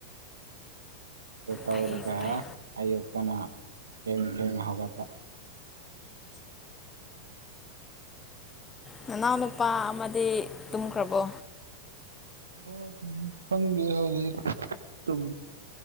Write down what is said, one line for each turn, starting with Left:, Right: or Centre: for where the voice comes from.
Right: ꯑꯗꯨ ꯇꯧꯔꯒ
Left: ꯐꯩ ꯐꯩ
Right: ꯑꯌꯨꯛ ꯇꯅ ꯊꯦꯡ ꯊꯦꯡꯅ ꯍꯧꯒꯠꯄ
Left: ꯅꯅꯥꯎ ꯅꯨꯄꯥ ꯑꯃꯗꯤ ꯇꯨꯝꯈ꯭ꯔꯕꯣ
Right: ꯃꯥ ꯈꯪꯗꯦ ꯍꯧꯖꯤꯛ ꯇꯨꯝ